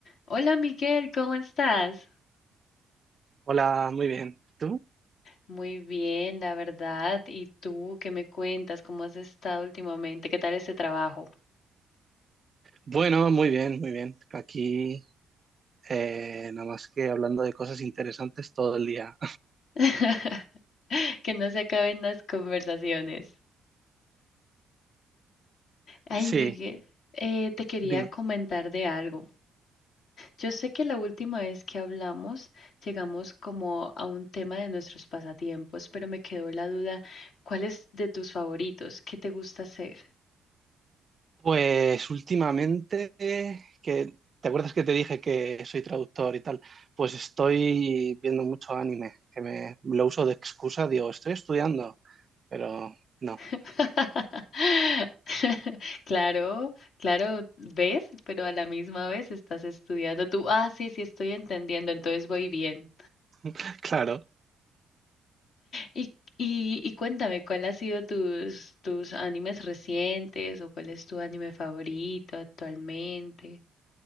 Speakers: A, on the left; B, on the right.
A: Hola Miguel, ¿cómo estás?
B: Hola, muy bien. ¿Tú?
A: Muy bien, la verdad. ¿Y tú qué me cuentas? ¿Cómo has estado últimamente? ¿Qué tal ese trabajo?
B: Bueno, muy bien, muy bien. Aquí, eh, nada más que hablando de cosas interesantes todo el día.
A: <laughs> Que no se acaben las conversaciones. Ay,
B: <laughs>
A: Miguel,
B: Sí,
A: eh, te quería
B: dime.
A: comentar de algo. Yo sé que la última vez que hablamos llegamos como a un tema de nuestros pasatiempos, pero me quedó la duda, ¿cuál es de tus favoritos? ¿Qué te gusta hacer?
B: Pues últimamente, que, ¿te acuerdas que te dije que soy traductor y tal? Pues estoy viendo mucho anime, que me lo uso de excusa, digo, estoy estudiando, pero no.
A: <laughs> Claro, claro, ves, pero a la misma vez estás estudiando tú. Ah, sí, sí, estoy entendiendo, entonces voy bien.
B: <laughs> Claro.
A: Y, y, y cuéntame, ¿cuál ha sido tus, tus animes recientes o cuál es tu anime favorito actualmente?